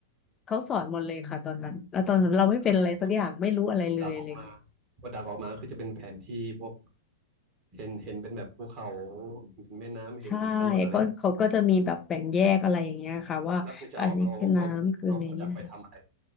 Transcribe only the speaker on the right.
อ่าคือดักออกมาพอดักออกมาคือจะเป็นแผนที่พวกเห็นเห็นเป็นแบบภูเขาเห็นแม่น้ำเห็นถนนอะไรอย่างงี้
แล้วคือจะเอาเอาเอาเอาพอดักไปทำอะไร